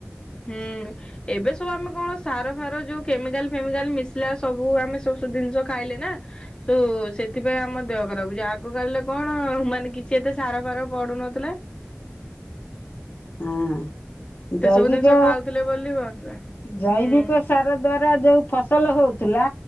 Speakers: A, on the left; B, on the left.
A: ହୁଁ। ଏବେ ସବୁ ଆମେ କଣ ସାର ଫାର ଯୋଉ କେମିକାଲ ଫେମିକାଲ ମିଶିଲା ସବୁ ଆମେ ସବୁୁ ଜିନିଷ ଖାଇଲେ ନା ସୋ ସେଥିପାଇଁ ଆମ ଦେହ ଖରାପ ହଉଛି ଆଗ କାଳରେ କଣ ମାନେ କିଛି ଏତେ ସାର ଫାର ପଡୁନଥିଲା।
B: ହଁ
A: ସେ
B: ଜୈବିକ
A: ସବୁ ଜିନିଷ ଖାଉଥିଲେ ବୋଲି ବସିଲେ
B: ଜୈବିକ
A: ହୁଁ।
B: ଶ୍ ସାର ଦ୍ଵାରା ଯୋଉ ଫସଲ ହଉଥିଲା